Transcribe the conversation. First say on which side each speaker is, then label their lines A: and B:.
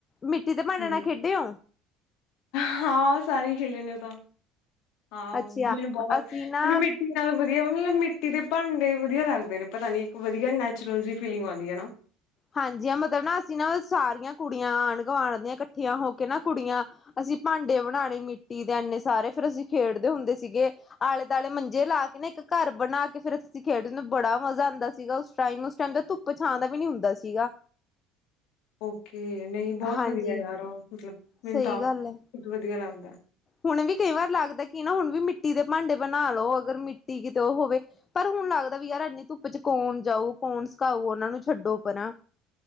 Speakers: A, on the left; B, on the left.
A: ਮਿੱਟੀ ਦੇ ਭਾਂਡੇ
B: ਹੂੰ।
A: ਨਾਲ ਖੇਡਿਓ?
B: ਹਾਂ ਸਾਰੇ ਹੀ ਖੇਲੇ ਨੇ ਉਹ ਤਾਂ, ਹਾਂ
A: ਅੱਛਾ
B: ਮੈਨੂੰ ਬਹੁਤ,
A: ਅਸੀਂ ਨਾ
B: ਮੈਨੂੰ ਮ ਮਿੱਟੀ ਨਾਲ ਵਧੀਆ, ਮਤਲਬ ਮਿੱਟੀ ਦੇ ਭਾਂਡੇ ਵਧੀਆ ਲੱਗਦੇ ਨੇ, ਪਤਾ ਨੀ ਇੱਕ ਵਧੀਆ ਨੈਚੁਰਲ ਜਿ ਫੀਲਿੰਗ ਆਉਂਦੀ ਨਾ।
A: ਹਾਂਜੀ, ਮਤਲਬ ਨਾ ਅਸੀਂ ਨਾ ਸਾਰੀਆਂ ਕੁੜੀਆਂ ਆਢ ਗੁਆਂਢ ਦੀਆਂ, ਇਕੱਠੀਆਂ ਹੋ ਕੇ ਨਾ ਕੁੜੀਆਂ ਅਸੀਂ ਭਾਂਡੇ ਬਣਾਉਣੇ ਮਿੱਟੀ ਦੇ ਐਨੇ ਸਾਰੇ, ਫਿਰ ਅਸੀਂ ਖੇਡਦੇ ਹੁੰਦੇ ਸੀਗੇ। ਆਲੇ ਦੁਆਲੇ ਮੰਜੇ ਲਾ ਕੇ ਨਾ ਇੱਕ ਘਰ ਬਣਾ ਕੇ, ਫ਼ਿਰ ਅਸੀ ਖੇਡਦੇ ਹੁੰਦੇ ਬੜਾ ਮਜ਼ਾ ਆਉਂ ਸੀਗਾ ਉਸ ਟਾਈਮ, ਉਸ ਟਾਈਮ ਤੁਪ ਛਾ ਦਾ ਵੀ, ਨਹੀਂ ਹੁੰਦਾ ਸੀਗਾ।
B: ਓਕੇ, ਨਹੀਂ ਬਹੁਤ
A: ਹਾਂਜੀ
B: ਵਧੀਆ ਯਾਰ ਉਹ, ਮਤਲਬ ਮੈਨੂੰ
A: ਸਹੀ
B: ਤਾਂ ਆਪ
A: ਗੱਲ ਹੈ।
B: ਬਹੁਤ ਵਧੀਆ ਲੱਗਦਾ।
A: ਹੁਣ ਵੀ ਕਈ ਵਾਰ ਲੱਗਦਾ ਕਿ ਨਾ ਹੁਣ ਵੀ ਮਿੱਟੀ ਦੇ ਭਾਂਡੇ ਬਣਾ ਲਓ, ਅਗਰ ਮਿੱਟੀ ਕਿਤੇ ਉਹ ਹੋਵੇ ਪਰ ਹੁਣ ਲੱਗਦਾ ਵੀ ਯਾਰ ਇਨੀ ਧੁੱਪ 'ਚ ਕੌਣ ਜਾਊ, ਕੌਣ ਸੁਕਾਊ ਉਹਨਾਂ ਨੂੰ, ਛੱਡੋ ਪਰਾਂ।